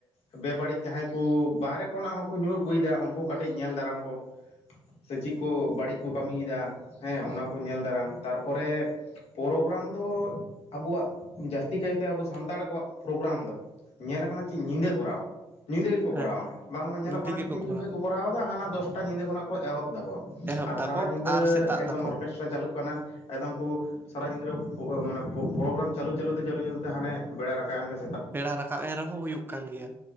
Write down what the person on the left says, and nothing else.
ᱵᱮᱵᱟᱹᱲᱤᱡ ᱡᱟᱦᱟᱸᱭ ᱠᱚ ᱵᱟᱦᱨᱮ ᱠᱷᱚᱱᱟᱜ ᱦᱚᱸᱠᱚ ᱧᱩ ᱟᱹᱜᱩᱭᱮᱫᱟ ᱩᱱᱠᱩ ᱠᱟᱹᱴᱤᱡ ᱧᱮᱞ ᱫᱟᱨᱟᱢ ᱠᱚ ᱥᱮ ᱪᱮᱫ ᱠᱚ ᱵᱟᱹᱲᱤᱡ ᱠᱚ ᱠᱟᱹᱢᱤᱭᱮᱫᱟ᱾ ᱦᱮᱸ ᱚᱱᱟ ᱠᱚ ᱧᱮᱞ ᱫᱟᱨᱟᱢ ᱛᱟᱨᱯᱚᱨᱮ ᱯᱨᱳᱜᱨᱟᱢ ᱫᱚ ᱟᱵᱚᱣᱟᱜ ᱡᱟᱹᱥᱛᱤ ᱠᱟᱭᱛᱮ ᱟᱵᱚ ᱥᱟᱱᱛᱟᱲ ᱠᱚᱣᱟᱜ ᱯᱨᱳᱜᱨᱟᱢ ᱫᱚ ᱧᱮᱞ ᱟᱠᱟᱱᱟ ᱪᱮᱫ ᱧᱤᱫᱟᱹ ᱠᱚᱨᱟᱣ ᱧᱤᱫᱟᱹ ᱜᱮᱠᱚ ᱠᱚᱨᱟᱣᱟ
ᱵᱟᱝᱢᱟ ᱧᱮᱞᱚᱜ
ᱠᱟᱱᱟ
ᱛᱤᱱ ᱡᱚᱠᱷᱚᱡ
ᱠᱚ ᱠᱚᱨᱟᱣ ᱮᱫᱟ ᱦᱟᱱᱟ ᱫᱚᱥᱴᱟ ᱧᱤᱫᱟᱹ ᱠᱷᱚᱱᱟᱜ ᱠᱚ ᱮᱦᱚᱵ ᱮᱫᱟᱠᱚ᱾
ᱟᱨ
ᱥᱟᱨᱟ ᱧᱤᱫᱟᱹ
ᱮᱠᱫᱚᱢ
ᱚᱨᱠᱮᱥᱴᱨᱟ ᱪᱟᱹᱞᱩᱜ ᱠᱟᱱᱟ ᱮᱠᱫᱚᱢ ᱠᱚ ᱥᱟᱨᱟ ᱧᱤᱫᱟᱹ ᱨᱮ ᱯᱨᱳᱜᱨᱟᱢ ᱢᱟᱱᱮ ᱯᱨᱳᱜᱟᱨᱢ ᱪᱟᱹᱞᱩ ᱪᱟᱹᱞᱩᱛᱮ ᱪᱟᱹᱞᱩ ᱪᱟᱹᱞᱩᱛᱮ ᱦᱟᱱᱮ ᱵᱮᱲᱲᱟ ᱨᱟᱠᱟᱵᱼᱟ ᱮᱱ ᱜᱮ᱾